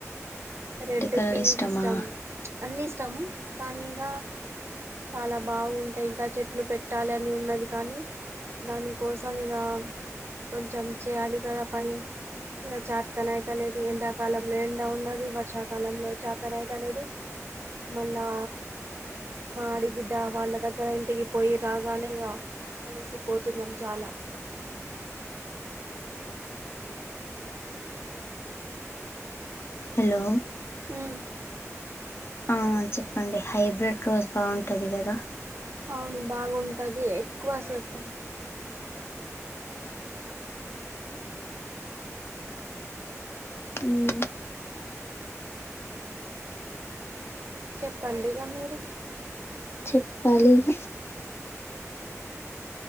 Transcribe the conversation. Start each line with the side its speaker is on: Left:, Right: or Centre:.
Right: రెడ్
Left: కలర్
Right: పింక్
Left: ఇష్టమా
Right: ఇష్టం ప్చ్ అన్నీ ఇష్టము కానీ ఇగ చాలా బాగుంటాయి ఇంకా చెట్లు పెట్టాలి అని ఉన్నది కానీ దానికోసం ఇగ కొంచెం చేయాలి కదా పని ఇంగ చాథన్ అయితా లేదు ఎండా కాలం లో ఎండ ఉన్నది వర్ వర్షాకాలంలో చాథన్ అయితా లేదు మళ్ళా మాడి బిడ్డ వాళ్ళ దగ్గర ఇంటికి పోయి రావాలి ఈగ అలసిపోతున్నాం చాలా
Left: హలో
Right: ఉ
Left: ఆ చెప్పండి హైబ్రిడ్ రోస్ బాగుంటది కదా
Right: అవును బాగుంటది ఎక్కువ సేపు ఉ
Left: మ్మ్
Right: చెప్పండి ఇగ మీరే
Left: చెప్పాలి ఇగ